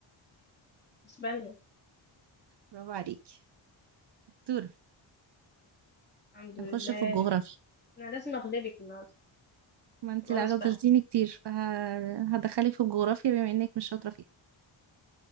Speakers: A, on the left; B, on the right.
A: بس بني
B: برافو عليكي شطورة
A: الحمد
B: هنخش
A: لله
B: في الجغرافيا
A: أنا لازم أغلبك النهاردة
B: ما انتي
A: خلاص
B: لا غزلتيني
A: بقى
B: كتير فهدخلك في الجغرافيا بما انك مش شاطرة فيها